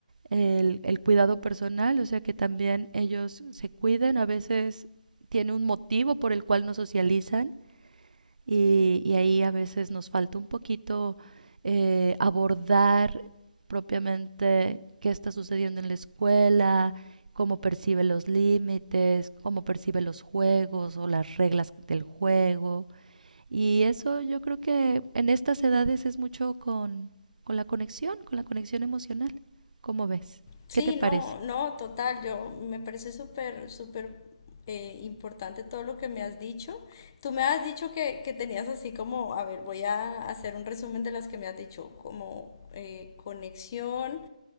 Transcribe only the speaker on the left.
Sí,
no, no, total, yo me parece súper, súper eh, importante todo lo que me has dicho. Tú me has dicho que, que tenías así como, a ver, voy a hacer un resumen de las que me has dicho, como eh, conexión,